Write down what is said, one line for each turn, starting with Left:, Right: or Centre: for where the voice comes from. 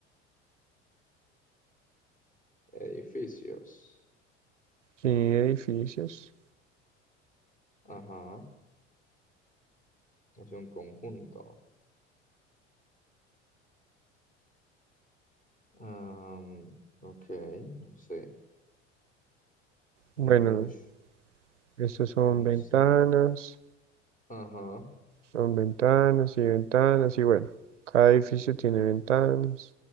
Left: Edificios.
Right: Sí, edificios.
Left: Ajá. Es un conjunto. Am, ok, no sé. Eh,
Right: Bueno,
Left: ush,
Right: estos son
Left: con
Right: ventanas,
Left: C. Ajá.
Right: son ventanas y ventanas y bueno, cada edificio tiene ventanas.